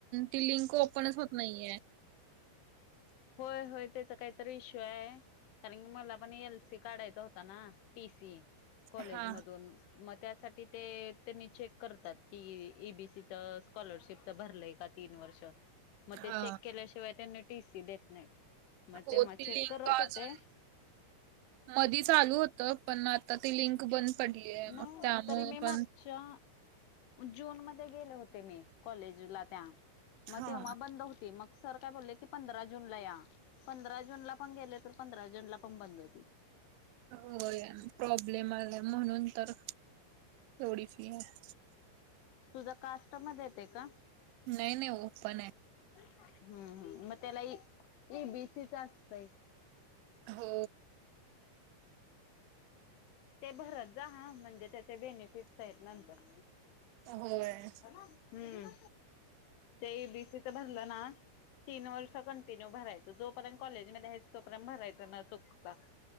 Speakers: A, on the right; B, on the left.
A: लिंक ओपनच होत नाहीय.
B: होय होय त्याच काहीतरी इश्यू आहे कारणी मला पण एल सी काढायचा होता ना टी सी कॉलेज
A: हा
B: मधून मग त्यासाठी तिथे त्यांनी चेक करतात की एबीसीच स्कॉलरशिपच भरलंय का तीन वर्ष मग
A: हा
B: ते चेक केल्याशिवाय त्यांना टीसी देत नाही. मग
A: हो
B: तेव्हा
A: त
B: चेक
A: लिंक
B: करत
A: अजुन
B: होते
A: मधी चालु होत पण आता ती लिंक बंद पडली आहे
B: नाही
A: मग त्यामुळे
B: तरी मी
A: पण
B: मागच्या जून मध्ये गेले होते मी कॉलेजला त्या
A: हा.
B: मग तेव्हा बंद होती मग. सर काय बोलले की पंधरा जूनला या पंधरा जूनला पण गेले तर पंधरा जूनला पण बंद होती.
A: हो या प्रॉब्लेम आला म्हणुन तर अन ऎंटिलेजेबल.
B: तुझं कास्ट मध्ये येते का
A: नाही नाही पण आहे.
B: हम्म हम्म मला ए बी सी असत य
A: हो
B: ते भरत जा म्हणजे त्याचे बेनिफिटस आहेत नंतर
A: होय
B: हम्म ते ए बी सी च भरल ना तीन वर्ष कंटिन्यू भरायचं जोपर्यंत कॉलेजमध्ये आहे तोपर्यंत भरायच न चुकता.